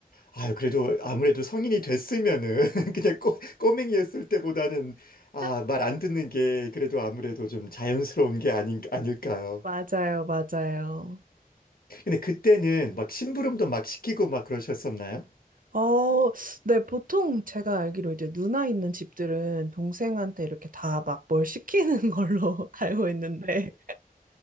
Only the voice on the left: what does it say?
아, 그래도 아무래도 성인이 됐으면은 <laughs> 그냥 꼬, 꼬맹이였을 때보다는 아,
말 안 듣는 게 그래도 아무래도 좀 자연스러운 게 아닌, 아닐까요?
근데 그때는 막 심부름도 막 시키고 막 그러셨었나요?